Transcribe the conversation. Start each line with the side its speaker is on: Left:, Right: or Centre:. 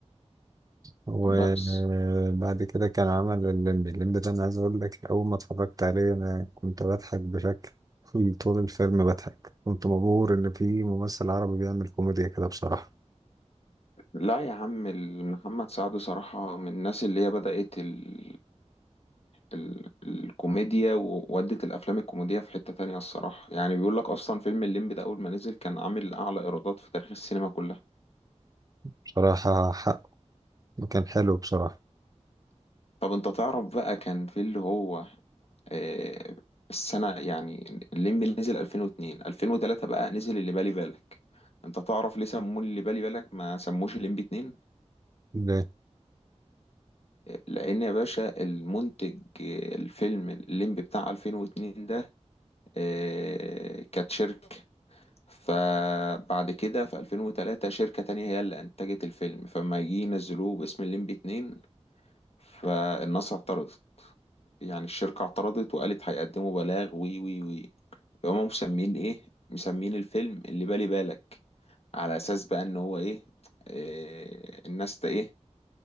Right: وبعد
Left: بس
Right: كده كان عمل الليمبي الليمبي ده انا عايز اقول لك اول ما اتفرجت عليه انا كنت بضحك بشكل <laughs> طول الفيلم بضحك كنت مبهور ان في ممثل عربي بيعمل كوميديا كده بصراحة
Left: لا يا عم ال- محمد سعد صراحة من الناس اللي هي بدأت ال ال الكوميديا وودت الأفلام الكوميدية في حتة تانية الصراحة يعني بيقول لك أصلا فيلم الليمبي ده أول ما نزل كان عامل أعلى إيرادات في تاريخ السينما كلها
Right: بصراحة حقه كان حلو بصراحة
Left: طب أنت تعرف بقى كان في اللي هو آه، السنة يعني الليمبي نزل 2002 2003 بقى نزل اللي بالي بالك أنت تعرف ليه سموه اللي بالي بالك ما سموش الليمبي 2
Right: ليه
Left: لان يا باشا المنتج الفيلم الليمبي بتاع 2002 ده آه، كانت شركة فبعد كده في 2003 شركة تانية هي اللي انتجت الفيلم فما يجي ينزلوه باسم الليمبي 2 فالناس اعترضت يعني الشركة اعترضت وقالت هيقدموا بلاغ وي وي وي فهم مسمين ايه مسمين الفيلم اللي بالي بالك على اساس بقى ان هو ايه آه، الناس ت- ايه